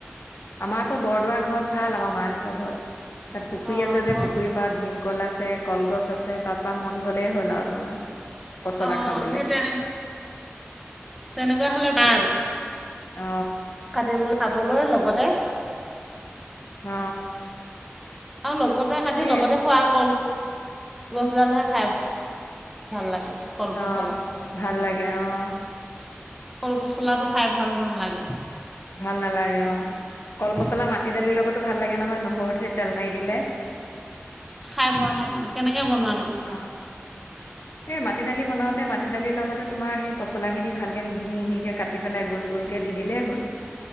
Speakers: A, on the left; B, in the centre.
A: আমাৰ আকৌ বৰদোৱা ঘৰত ভাল, আমাৰ মাহঁতৰ ঘৰত। তাত পুখুৰী
B: অঁ
A: আছে যে,
B: ঘৰ
A: পুখুৰীৰ পত ভীমকল আছে কলগছ আছে, তাৰপ পৰা মন গ'লেই হ'ল আৰু তোমাৰ। পচলা
B: অঁ
A: খাবলৈ।
B: সেই তেনে তেনেকুৱা হ'লে ভাল।
A: অ,
B: কাটিবলৈ, খাবলৈ লগতে।
A: অ,
B: আৰু লগতে কাটি,
A: এই
B: লগতে খোৱা ক'ল। গছডালহে, খাই ভাল লাগে। কল পচলা
A: অ, ভাল লাগে অ,
B: কল পচলাটো, খাই ভাল নালাগে।
A: ভাল নালাগে অ কল
B: উম
A: পচলা মাটি দালিৰ লগতো ভাল লাগে নহয় নহৰু দি তেল মাৰি দিলে।
B: খাই পোৱা নাই মই, কেনেকৈ বনোৱানো?
A: অ এই মাটি দালি বনাওতে, মাটি দালিৰ লগতে তোমাৰ সেই পচলা খিনি ভালকে মিহি-মিহিকে কাট কাতি পেলাই গোল, গোলকৈ, দি দিলেই হ'ল।